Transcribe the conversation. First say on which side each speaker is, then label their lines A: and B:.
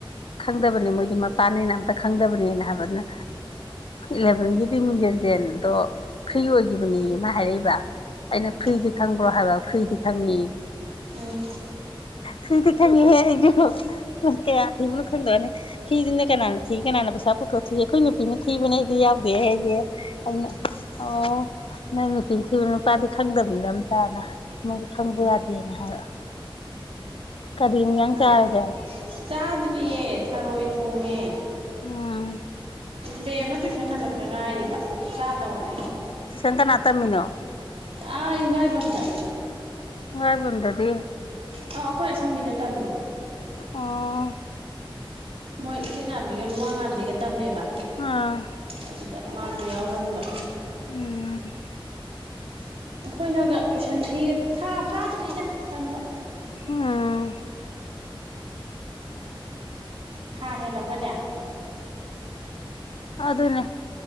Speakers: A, on the left; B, on the right.
A: ꯈꯪꯗꯕꯅꯤ ꯃꯣꯏꯗꯤ ꯃꯄꯥꯅꯤꯅ ꯑꯝꯇ ꯈꯪꯗꯕꯅꯤꯅ ꯍꯥꯏꯕꯗꯨꯅ ꯏꯂꯚꯦꯟꯒꯤꯗꯤ ꯃꯤꯡꯖꯦꯟꯖꯦꯜꯗꯣ ꯐ꯭ꯔꯤ ꯑꯣꯏꯈꯤꯕꯅꯤ ꯑꯃ ꯍꯥꯏꯔꯛꯏꯕ ꯑꯩꯅ
B: ꯎꯝ
A: ꯐ꯭ꯔꯤꯗꯤ ꯈꯪꯕ꯭ꯔꯣ ꯍꯥꯏꯕ ꯐ꯭ꯔꯤꯗꯤ ꯈꯪꯉꯤ
B: ꯎꯝ
A: ꯐꯔꯤ ꯈꯪꯉꯤꯍꯦ ꯑꯩꯁꯨ ꯀꯌꯥ ꯊꯤꯕꯅꯣ ꯈꯪꯗꯕꯅꯤ ꯐꯤꯗꯨꯅ ꯀꯅꯥꯅ ꯊꯤ ꯀꯅꯥꯅ ꯄꯩꯁꯥ ꯄꯨꯊꯣꯛ ꯊꯤ ꯑꯩꯈꯣꯏ ꯅꯨꯄꯤꯅ ꯊꯤꯕꯅꯦ ꯑꯩꯗꯤ ꯌꯥꯎꯗꯦ ꯍꯥꯏꯁꯦ ꯑꯩꯅ
B: ꯎꯝ
A: ꯑꯣ ꯅꯪ ꯅꯨꯄꯤꯅ ꯊꯤꯕ ꯅꯨꯄꯥꯗꯤ ꯈꯪꯗꯕꯅꯤꯅꯝ ꯇꯥꯅ ꯃꯣꯏꯗꯤ ꯈꯪꯕ
B: ꯎꯝ
A: ꯌꯥꯗꯦꯅ ꯍꯥꯏꯕ ꯀꯗꯤ ꯅꯤꯡ ꯌꯥꯝꯅꯤ
B: ꯃꯥꯅꯦ
A: ꯆꯥꯔꯒ
B: ꯆꯥꯗ꯭ꯔꯤꯌꯦ ꯊꯔꯣꯏ ꯊꯣꯡꯉꯦ
A: ꯑꯣꯝ
B: ꯕꯦ ꯑꯃ ꯇꯨꯏꯁꯟ ꯍꯜꯂꯛꯇ ꯉꯥꯏꯔꯤꯕ ꯆꯥꯗꯧꯔꯦ
A: ꯇꯨꯏꯁꯟ ꯀꯅꯥ ꯇꯝꯃꯤꯅꯣ
B: ꯑꯥ ꯌꯨꯡꯒꯥꯏꯕꯝꯗ
A: ꯉꯥꯏꯕꯝꯗꯗꯤ
B: ꯑ ꯑꯩꯈꯣꯏ ꯑꯁꯪꯕꯤꯅ ꯇꯝꯃꯦ
A: ꯑꯣ
B: ꯎ ꯃꯣꯏ ꯏꯆꯤꯟ ꯉꯥꯝꯕꯤꯒ ꯂꯨꯋꯥ ꯉꯥꯡꯝꯕꯤꯒ ꯇꯝꯃꯦꯕ
A: ꯑꯥ
B: ꯑꯗꯨꯗ ꯃꯥꯁꯨ ꯌꯥꯎꯍꯟꯕ
A: ꯎꯝ
B: <inaudible> ꯑꯩꯈꯣꯏꯅꯒ ꯇꯨꯏꯁꯟ ꯐꯤ ꯊꯥ ꯐꯥꯗ꯭ꯔꯤꯗ ꯇꯝꯕ
A: ꯑꯥ
B: ꯊꯥ ꯍꯦꯜꯂꯕꯅꯦ ꯎꯝ
A: ꯑꯗꯨꯅꯦ